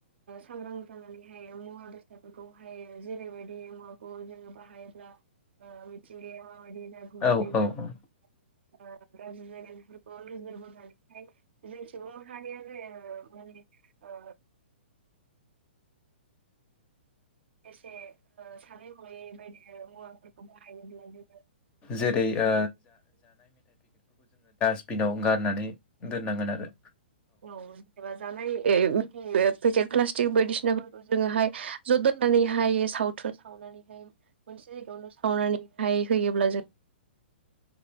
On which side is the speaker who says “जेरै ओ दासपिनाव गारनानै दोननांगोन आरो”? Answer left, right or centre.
Left